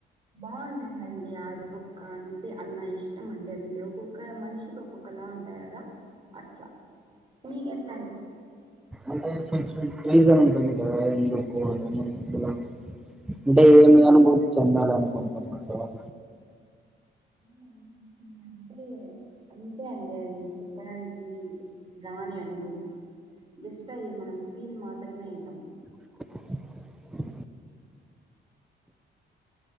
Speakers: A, on the right; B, in the centre.
A: బాగుంటుందండి ఆది ఒక్క అంటే అన్న ఇష్టం అండి అంటే ఒక్కొక్క మనిషికి ఓ ఒకలా ఉంటాయి కదా అట్లా మీక ఎట్లా అండి
B: అంటే రీజన్ ఉంటుంది కదా ఎందుకు అని అంటే ఏమి అనుభూతి చెందాల అనుకుంటున్నారు.
A: మన అంటే అంతే అండి అది చెప్పడానికి దాని అనుభూతి జస్ట్ అయ్య మనం ఫీల్ మాత్రమే అయితాం
B: <unintelligible>